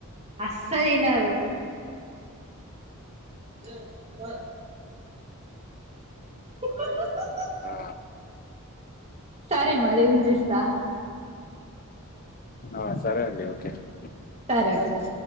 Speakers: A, on the right; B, on the left.
A: అస్స ఇనరు హహుహుహు హు
B: ఆ
A: సరే మరి ఉందిస్తా
B: ఆ సరే అండి ఓకే అ
A: సరే ఓకే